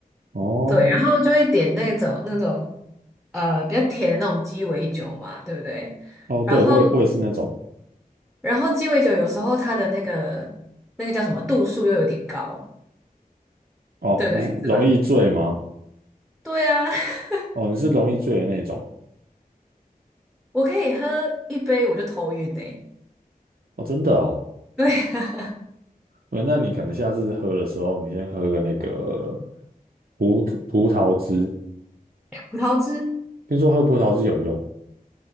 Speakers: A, on the right; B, in the centre.
A: 哦
B: 对，然后就会点那种那种呃比较甜的那种鸡尾酒嘛，对不对？
A: 哦，
B: 然后
A: 对我也我也是那种
B: 然后鸡尾酒有时候它的那个那个叫什么度数又有点高，
A: 哦，
B: 对不对？
A: 你是容易醉吗？
B: 是吧？对啊，<laughs>
A: 哦，你是容易醉的那种
B: 我可以喝一杯我就头晕诶、
A: 哦，真的哦。
B: 对啊
A: 呃那你可能下次喝的时候，你先喝个那个葡葡萄汁，
B: <laughs> 葡萄汁，
A: 听说喝葡萄汁有用。